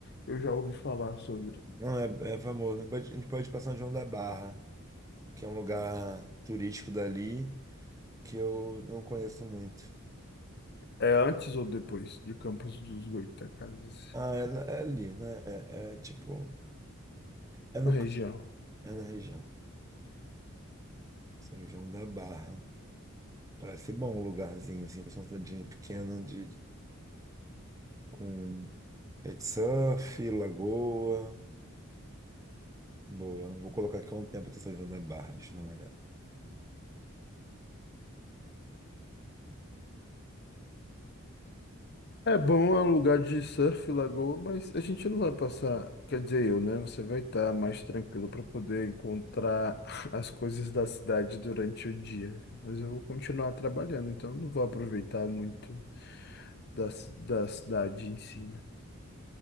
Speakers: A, on the left; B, on the right.
A: eu já ouvi falar sobre.
B: Não, é, é famoso. A gente pode ir pra São João da Barra. que é um lugar turístico dali que eu não conheço muito.
A: É antes ou depois de Campos dos Goytacazes?
B: Ah, é, na- é ali, né? É, é tipo, é no,
A: a região.
B: campo, é na região, São João da Barra. Parece bom um lugarzinho assim, pra uma cidadinha pequena de com pet de surf, lagoa, boa. Vou colocar aqui um tempo até São João da Barra, deixa eu dar uma olhada.
A: É bom, é um lugar de surf, lagoa, mas a gente não vai passar, quer dizer, eu, né? Você vai estar mais tranquilo para poder encontrar <laughs> as coisas da cidade durante o dia. Mas eu vou continuar trabalhando, então não vou aproveitar muito da, ci- da cidade em si, né?